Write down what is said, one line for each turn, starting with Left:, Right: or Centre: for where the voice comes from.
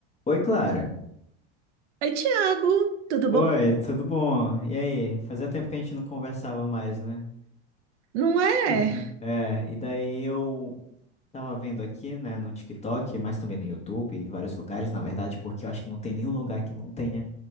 Left: Oi, Clara.
Right: Oi, Tiago, tudo
Left: Oi,
Right: bom?
Left: tudo bom? E aí? Fazia tempo que a gente não conversava mais, né?
Right: Não é?
Left: <laughs> É, e daí eu tava vendo aqui, né, no TikTok, mas também no YouTube, em vários lugares, na verdade, porque eu acho que não tem nenhum lugar que não tenha